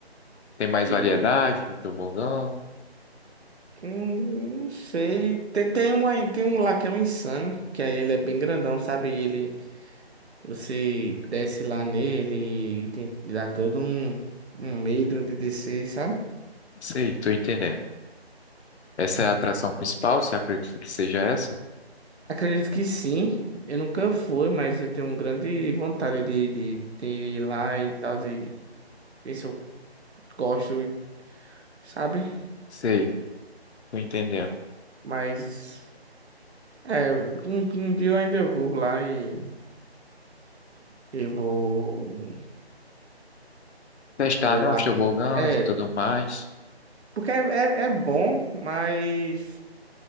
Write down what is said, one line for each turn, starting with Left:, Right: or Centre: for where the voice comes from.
Left: Tem mais
Right: E
Left: variedade de tobogã
Right: hum, não sei. Tem, tem, uma, tem um lá que é um insano, que aí ele é bem grandão, sabe? E ele você desce lá nele e tem, dá todo um, um medo de descer, sabe?
Left: Sei, tô entendendo. Essa é a atração principal, você acredita que seja essa?
Right: Acredito que sim. Eu nunca fui, mas eu tenho um grande vontade de, de, de ir lá e tal, e ver se eu gosto, sabe?
Left: Sei, tô entendendo.
Right: Mas. É, um, um dia eu ainda vou lá e, e vou,
Left: Testar,
Right: vou
Left: né, os
Right: armar.
Left: tobogãs
Right: É,
Left: e tudo mais.
Right: porque é, é, é bom, mas